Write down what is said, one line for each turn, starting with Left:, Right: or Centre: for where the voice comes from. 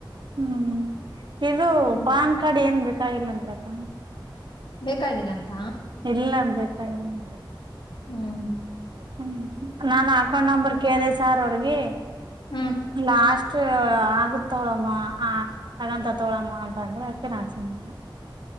Right: ಹ್ಮ್ ಇದು
Left: ಹ್ಮ್.
Right: ಪಾನ್ ಕಾರ್ಡ್ ಏನು ಬೇಕಾಗಿಲ್ಲ ಅಂತಕ್ಕ
Left: ಬೇಕಾಗಿಲ್ಲ ಅಂತ
Right: ಇಲ್ಲ ಬೇಕಾಗಿಲ್ಲ ಅಂತೆ.
Left: ಹ್ಮ್.
Right: ಹ್ಮ ನಾನ ಅಕೌಂಟ್ ನಂಬರ್ ಕೇಳಿದೆ ಸಾರ್ ಅವ್ರಗಿ
Left: ಹ್ಮ್
Right: ಲಾಸ್ಟ್ ಅಷ್ಟ ಆಗತೋಗಳಮ್ಮ ಆ ಆಗತೋಗಳಮ್ಮ ಅಂತ ಅಂದ್ರೆ ಅಕೆ ನಾನ ಸುಮ್ನ ಆಗಿಬಿಟ್ಟೆ.